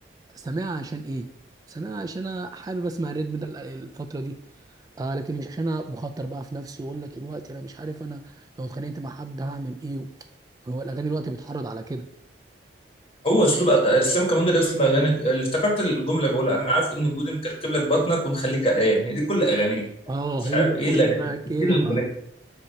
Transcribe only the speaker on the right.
سامعها عشان ايه سامعها عشان انا حابب اسمع الريتم ده الفتره دي آه لكن مش عشان انا بخاطر بقى في نفسي واقول لك الوقت انا مش عارف انا لو اتخانقت مع حد هعمل ايه هو الاغاني الوقت بتحرض على كده
اه
هي
كلها
كده
بقى